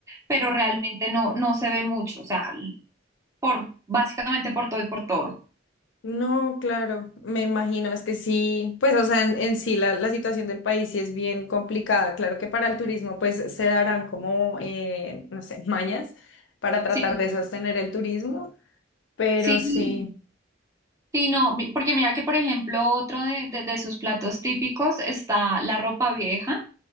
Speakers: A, on the right; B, on the left.
A: pero realmente no, no se ve mucho, o sea, por, básicamente por todo y por todo.
B: No, claro, me imagino, es que sí, pues o sea, en, en sí la, la situación del país sí es bien complicada. Claro que para el turismo pues se darán como, eh, no sé, <laughs> mañas para tratar
A: Sí,
B: de sostener el turismo, pero
A: sí,
B: sí,
A: sí, no, mi- porque mira que, por ejemplo, otro de, de, de sus platos típicos está la ropa vieja,